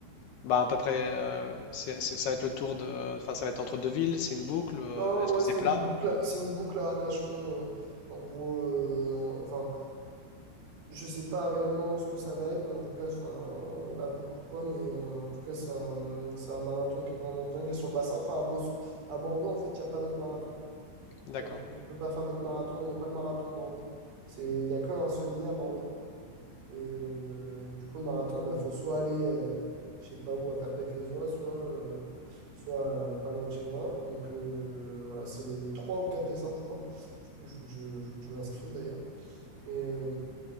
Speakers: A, on the left; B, on the right.
A: Bah, à peu près, euh, c'est, c'est- ça va être le tour de, enfin, ça va être entre deux villes. C'est une boucle. euh,
B: Non,
A: Est-ce
B: ouais,
A: que c'est
B: c'est
A: plat?
B: une boucle, c'est une boucle à Arcachon. euh, en gros, euh, en- enfin Je sais pas réellement ce que ça va être, mais en tout cas, enfin, la boucle ou quoi, mais euh, en tout cas, c'est un, c'est un marathon qui est vraiment bien, qui est sur le bassin. Enfin, à, Bos- à Bordeaux, en fait, il n'y a pas d'autres marathons.
A: D'accord.
B: Il Y a- tu peux pas faire d'autres marathons, il n'y a pas le marathon de Bordeaux. C'est, il y a que un semi à Bordeaux. Et, euh, et du coup, le marathon, bah, faut soit aller, euh, je sais pas où, à Perpète-les-Oies, soit, euh, soit euh, pas loin de chez moi. Donc, euh, voilà, c'est le 3 ou 4 décembre, je crois. Il faut que je, faut que je m'inscrive d'ailleurs. Mais, euh,